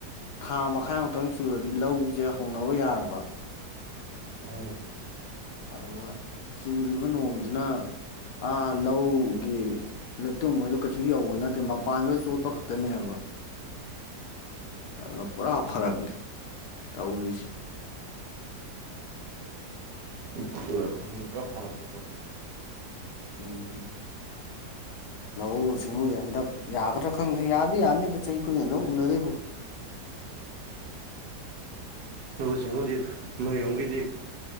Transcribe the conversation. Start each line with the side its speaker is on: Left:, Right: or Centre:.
Left: ꯊꯥ ꯃꯈꯥꯏꯃꯨꯛꯇꯪ ꯆꯨꯔ ꯂꯧꯁꯦ ꯍꯧꯅꯕ ꯌꯥꯔꯕ
Right: <unintelligible>
Left: ꯑꯗꯨꯒ ꯆꯨꯔꯤꯕ ꯅꯣꯡꯖꯤꯅ ꯑꯥ ꯂꯧꯒꯤ ꯂꯩꯇꯨꯝꯒꯩꯗꯣ ꯀꯩꯁꯨ ꯌꯧꯕ ꯅꯠꯇꯦ ꯃꯄꯥꯟꯗꯨꯗ ꯆꯣꯠꯄ ꯈꯛꯇꯅꯦꯕ
Right: <inaudible>
Left: ꯑꯗꯣ ꯄꯨꯔꯥ ꯐꯔꯛꯅꯤ ꯇꯧꯔꯤꯁꯤ
Right: ꯇꯣꯛꯇꯣꯏꯔꯥ ꯈꯪꯗꯦ ꯄꯨꯔꯥ ꯐꯔꯛꯅꯤ ꯇꯧꯗꯣꯏꯁꯤ
Left: ꯅꯣꯡꯅꯤꯅꯤ ꯂꯧꯎ ꯁꯤꯡꯎꯖꯦ ꯍꯟꯗꯛ ꯌꯥꯒꯗ꯭ꯔꯥ ꯈꯪꯗꯦ ꯌꯥꯗꯤ ꯌꯥꯅꯤꯇꯥ ꯆꯍꯤ ꯈꯨꯗꯤꯡꯒꯤ ꯑꯗꯨꯝ ꯎꯅꯔꯤꯕꯨ
Right: ꯂꯧꯎ ꯁꯤꯡꯎꯗꯤ ꯅꯣꯏ ꯌꯨꯝꯒꯤꯗꯤ